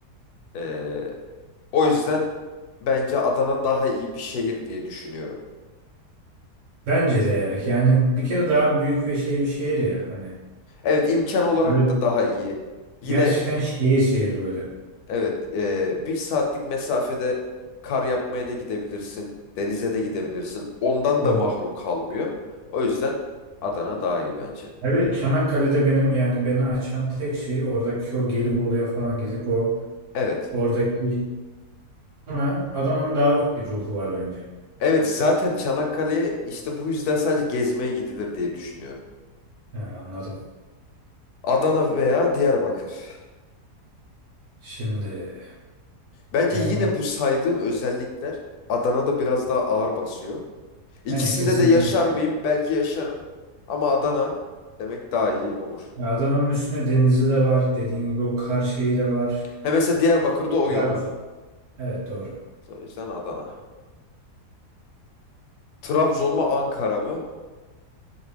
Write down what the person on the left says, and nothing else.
Ee, o yüzden bence Adana daha iyi bir şehir diye düşünüyorum.
Evet imkan olarak
da daha iyi. Yine
evet e, bir saatlik mesafede kar yapmaya da gidebilirsin. Denize de gidebilirsin. Ondan
da mahrum kalmıyor. O yüzden Adana daha iyi bence.
Evet.
Evet zaten Çanakkale'ye işte bu yüzden sadece gezmeye gidilir diye düşünüyorum.
Adana veya Diyarbakır.
Bence
yine bu saydığım özellikler Adana'da biraz daha ağır basıyor. İkisinde
de yaşar
mıyım? Belki yaşarım. Ama Adana demek daha iyi olur.
He mesela Diyarbakır'da
o yok.
O yüzden Adana. Trabzon mu Ankara mı?